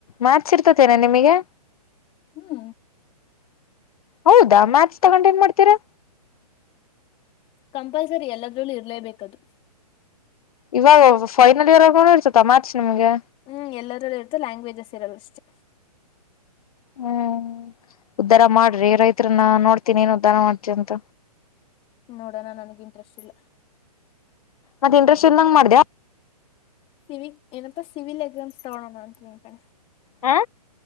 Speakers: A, on the left; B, on the left.
A: ಮ್ಯಾಚ್ ಇರ್ತೈತೆ ನಿಮಗೆ
B: ಹ್ಮ್
A: ಹೌದಾ ಮಾರ್ಚ್ ತಗೊಂಡು ಎನ್ ಮಾಡ್ತೀರಾ
B: ಕಂಪಲ್ಸರಿ ಎಲ್ಲದ್ರಲ್ಲೂ ಇರ್ಲೇಬೇಕದು
A: ಇವಾಗ ಫೈನಲ್ ಇಯರ್ ಒ ಇರ್ತತ ಮಾರ್ಚ್ ನಿಮ್ಗೆ
B: ಹ್ಮ್ ಎಲ್ಲರಲ್ಲಿ ಇರ್ತೆ ಇರಲ್ಲ ಅಷ್ಟೇ
A: ಹ್ಮ್ ಉದ್ಧಾರ ಮಾಡ್ರಿ ರೈತರನ್ನ ನೋಡ್ತೀನಿ ಏನ್ ಉದ್ಧಾರ ಮಾಡ್ತ ಅಂತ.
B: ನೋಡೋಣ ನನ್ಗ್ ಇಂಟ್ರೆಸ್ಟ್ ಇಲ್ಲ
A: ಮತ್ತೆ ಇಟ್ರೆಸ್ಟ್ ಇಲ್ಲದಂಗ ಮಾಡ್ಯಾ
B: ಸಿಿವಿಕ್ ಏನಪ್ಪಾ ಸಿವಿಲ್ ಎಕ್ಸಾಮ್ಸ್ ತಗೋಣ ಅಂತ ನಿನ್ ಕೇ
A: ಹಾ